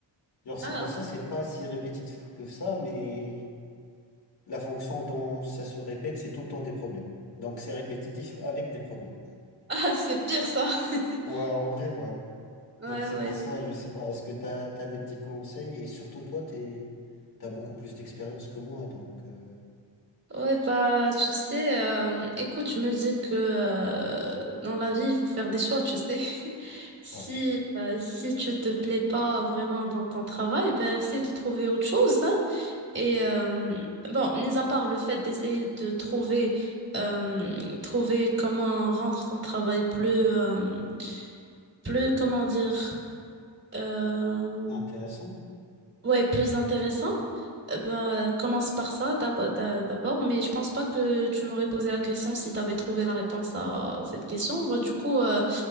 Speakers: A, on the left; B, on the right.
A: Genre, c'est
B: Ah,
A: pour
B: ok.
A: ça,
B: <laughs>
A: c'est pas si répétitif que ça, mais la fonction dont ça se répète, c'est tout le temps des problèmes. Donc, c'est répétitif avec des problèmes.
B: Ah, c'est pire ça. <laughs>
A: Ouais, en vrai, ouais.
B: Ouais,
A: Donc c'est
B: ouais.
A: pour ça, je sais pas, est-ce que t'as, t'as des petits conseils? Et surtout toi, t'es, t'as beaucoup plus d'expérience que moi, donc euh,
B: Ouais, bah, tu sais, euh, écoute, je me dis que euh, dans la vie, il faut faire des choix, tu sais. <laughs> Si,
A: ouais,
B: euh, si tu te plais pas vraiment dans ton travail, ben, essaie de trouver autre chose, hein. Et euh, bon, mis à part le fait d'essayer de trouver, euh, trouver comment rendre ton travail plus, euh, plus, comment dire, euh,
A: intéressant.
B: ouais, plus intéressant, euh, bah, commence par ça d'ab- d'a- d'abord, mais je pense pas que tu m'aurais posé la question si tu avais trouvé la réponse à cette question. Bah, du coup, euh,